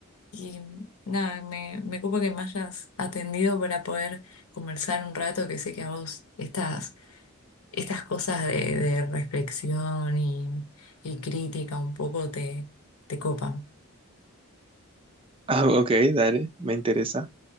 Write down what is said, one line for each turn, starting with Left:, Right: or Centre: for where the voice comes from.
Left: y, nada, me, me ocupa que me hayas atendido para poder conversar un rato que sé que a vos estás estas cosas de, de reflexión y, y crítica un poco te, te copan.
Right: Ah, ok, dale, me interesa.